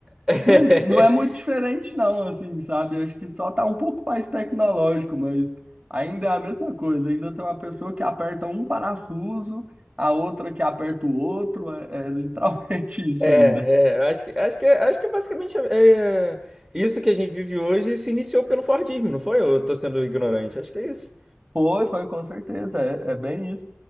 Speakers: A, on the right; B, on the right.
A: <laughs>
B: mas não é muito diferente, não, assim, sabe? Acho que só tá um pouco mais tecnológico, mas ainda é a mesma coisa. Ainda tem uma pessoa que aperta um parafuso, a outra que aperta o outro. É, é literalmente <laughs> isso
A: É,
B: ainda.
A: é, eu acho que, acho que, acho que é basicamente é, é, isso que a gente vive hoje se iniciou pelo Fordismo, não foi? Eu tô sendo ignorante, acho que é isso.
B: Foi, foi, com certeza. É, é bem isso.